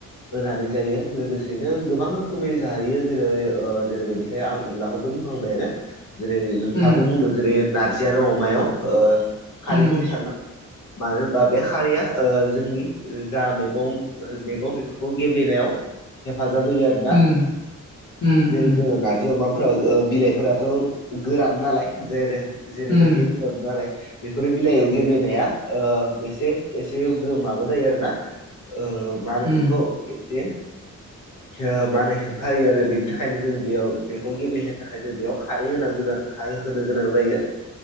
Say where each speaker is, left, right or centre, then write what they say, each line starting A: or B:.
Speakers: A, on the left; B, on the left.
A: होनानै जायो लोगोसेनो गोबां रोखोमै जाहैयो जेरै ओ जेरैबायदिहाय आं अनला खौथ बुंखांबायानो जेरै नोंथाङाबो
B: उम
A: बुंदों जेरै नारजि आरो अमायाव ओ खारैखौ
B: उम
A: होथारना मानो होनबा बे खारिया ओ जोंनि जा मैगं मैगं बे फोरखौ गेब्लेनायाव हेफाजाब होयो आरोना
B: उम उम
A: जों
B: उम
A: जोङो नार्जि अमाफोराव बिलाइफोराथ गोरान नालाय जेरै जेरैबायदि
B: उम
A: बि नालाय बेफोरो बिलाइयाव गेब्लेनाया ओ बेसे एसे माबा जायो आरोना ओ माहोनो
B: उम
A: बेखौ एसे
B: <inaudible>
A: ओ माहोनो हेंथा होयो आरो बेनि थाखायनो जों बेयाव बेखौ गेब्लेहोनो थाखाय जों बेयाव खारै होनांगोन आ होनो गोनां जायो